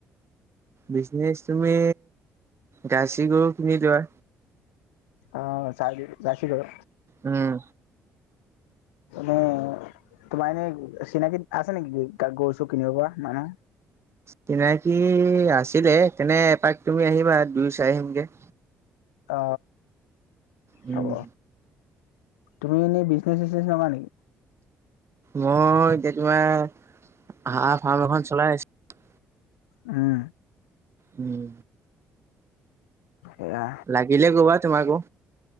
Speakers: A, on the right; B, on the left.
A: বিজনেচ তুমি জাইছি গৰু কিনি লোৱা
B: অ জাৰ্চি গৰু
A: উম
B: মানে তোমাৰ এনেই চিনাকি আছে নেকি গৰু চৰু কিনিব পৰা মানু্হ
A: চিনাকি আছিলে তেনে এপাক তুমি আহিবা দুই চাই আহিমগে-
B: অ
A: উম
B: হ'ব তুমি এনেই বিজনেচ চিজনেছ নকৰা নেকি
A: মই এতিয়া তোমাৰ হাঁহ ফাৰ্ম এখন চলাই আছো
B: উম
A: উম
B: সেয়া
A: লাগিলে কবা তোমাকো